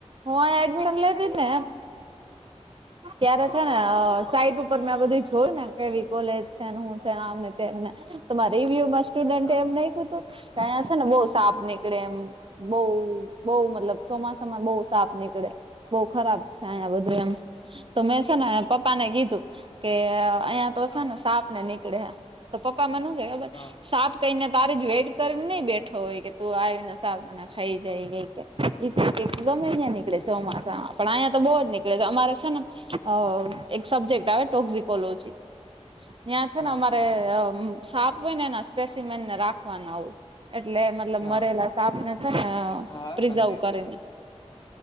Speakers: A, on the right (about 50°); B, on the left (about 40°).
A: અમારે એડમિશન લે તિત ને ત્યારે
B: હા
A: છે છે અહ નસાઈટ ઉપર મેં આ બધી જોય ને કેવી કોલેજ છે ને હું છેને આમને તેમને માં રિવ્યુમાં સ્ટુડન્ટ
B: હા
A: એમ નહી કુતું કે અંયા છે ને બહુ સાપ નીકળે એમ. બઉ બહુ મતલબ ચોમાસામાં બહુ સાપ નીકળે. બહુ ખરાબ છે અહીંયા બધું એમ તો મેં છે ને પપ્પાને કીધું કે અહ અહીંયા તો
B: હા
A: છે ને સાપ ને નીકળે તો પપ્પા મને હું કે ખબર
B: હા
A: સાપ કઈને તારી જ વેટ કરીને નઈ બેઠો હોય કે તું આવીને સાપ આમ ના ખાઈ જાય ગમે ત્યાં નીકળે ચોમાસા પણ અહીંયા તો બહુ જ નીકળે છે અમારે છે ને અહ એક સબ્જેક્ટ આવે ટોક્ઝકોલોજી ન્યા છે
B: હા
A: ને અમારે અહ અમ્મ સાપ હોય ને એના સ્પેેશમેન ને રાખવાના હોય એટલે એમાં મતલબ
B: હા
A: મરેલા સાપ ને છે ને અહ
B: હા
A: પ્રિઝર્વ
B: સમજી
A: કરીને
B: ગયો